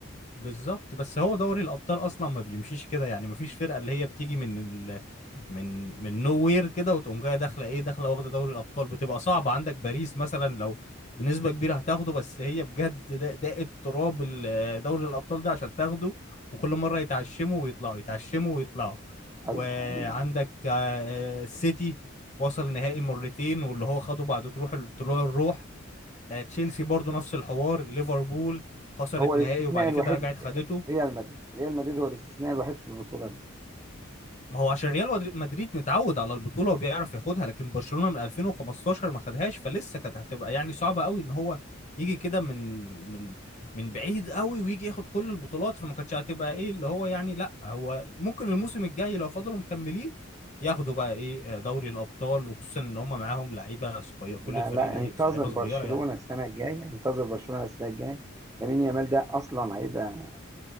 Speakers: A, on the left; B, on the right.
A: بالظبط بس هو دوري الابطال اصلا ما بيمشيش كده يعني ما فيش فرقه اللي هي بتيجي من ال... من من نو وير كده وتقوم جايه داخله ايه داخله واخده دوري الابطال بتبقى صعبه عندك باريس مثلا لو بنسبه كبيره هتاخده بس هي بجد ده, ده التراب ال- دوري الابطال ده عشان تاخده وكل مره يتعشموا ويطلعوا يتعشموا ويطلعوا
B: ايوه
A: وعندك
B: ايوه
A: آه، آه، السيتي وصل نهائي مرتين واللي هو خده بعد تروح طلوع الروح آه، تشيلسي برضو نفس الحوار ليفربول خسرت
B: هو الاستثناء
A: نهائي وبعد
B: الوحيد
A: كده رجعت خدته
B: ريال مدريد ريال مدريد هو الاستثناء الوحيد في البطوله دي
A: ما هو عشان ريال ودر- مدريد متعود على البطولة وبيعرف ياخدها لكن برشلونة من 2015 ما خدهاش فلسه كانت هتبقى يعني صعبة قوي ان هو يجي كده من من من بعيد قوي ويجي ياخد كل البطولات فما كانتش هتبقى ايه اللي هو يعني لا هو ممكن الموسم الجاي لو فضلوا مكملين ياخدوا بقى ايه آه، دوري الابطال وخصوصا ان هم معاهم لعيبة صغيرة كل
B: لا
A: الفريق
B: لا
A: لعي-
B: انتظر
A: لعيبة
B: برشلونه
A: صغيرة يعني
B: السنه الجايه انتظر برشلونه السنه الجايه لامين يامال ده اصلا هيبقى